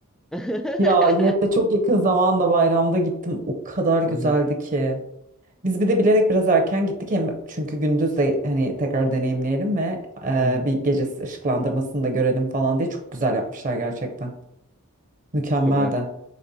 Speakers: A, in the centre; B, on the right.
A: <laughs>
B: Ya hem de çok yakın zamanda bayramda gittim. O kadar güzeldi
A: Hı hı,
B: ki. Biz bir de bilerek biraz erken gittik hem çünkü gündüz de hani tekrar deneyimleyelim ve e,
A: hı hı.
B: bir gece ışıklandırmasını da görelim falan diye çok güzel yapmışlar gerçekten. Mükemmel
A: Çok merak
B: de.